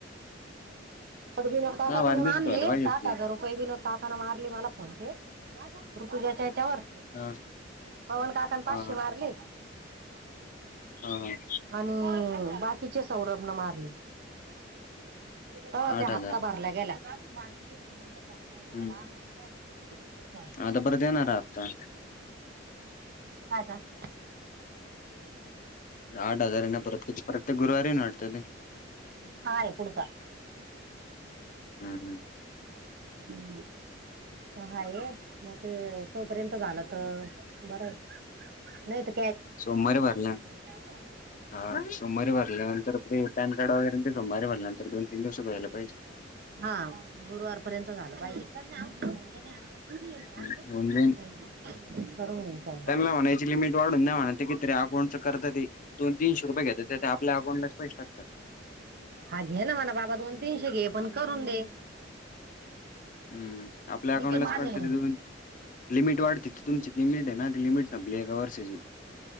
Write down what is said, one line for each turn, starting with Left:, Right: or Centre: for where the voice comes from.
Right: थोडं विनोद काकाकडून
Left: दहा बारा दिवसात
Right: आणली,
Left: व्हायला पाहिजे
Right: सात
Left: होते
Right: हजार रुपये. कै विनोद काकान मारली मला फोन पे, ऋतुजाच्या हेच्यावर.
Left: हा
Right: पवन काकानी पाचशे
Left: हा
Right: मारली.
Left: हां. हां.
Right: हो, बाकीचे सौरभन मारले. हो
Left: आठ
Right: ते
Left: हजार
Right: हप्ता भराला गेलाय. <unintelligible>
Left: हम्म
Right: काय
Left: आता परत येणारा हप्ता
Right: माझा <unintelligible>
Left: आठ हजार आहे ना, परत <unintelligible> प्रत्येक गुरुवारी ना वाटत ते
Right: हाय पुढचा
Left: हम! हम.
Right: हम! हाय आहे, मग ते तोपर्यंत झालं तर भरायच. नई ते
Left: सोमवारी भरला
Right: <unintelligible> <inaudible>
Left: हा सोमवारी भरल्यानंतर, ते पॅन कार्ड वगैरे ते सोमवारी भरल्यानंतर, दोन-तीन दिवसात व्हायला पाहिजे.
Right: हा, गुरुवारपर्यंत झालं पाहिजे. <unintelligible>
Left: हम्म, होऊन जाईन
Right: भरून येईन सोमवारी
Left: त्यांना म्हणायची लिमिट वाढून द्या म्हणा ते अकाउंट चेक करता येतय, दोन-तीनशे रुपये घेतात, ते आपल्या अकांटलाच पैसे टाकतात.
Right: हा घे ना म्हणव बाबा, दोन-तीनशे घे, पण करून दे.
Left: हम्म! आपल्या अकाउंटलाच
Right: मी ते माझ
Left: पडतं
Right: तर
Left: ते. <unintelligible> लिमिट वाढते ती, तुमची लिमिट आहे ना ती लिमिट संपली एका वर्षाची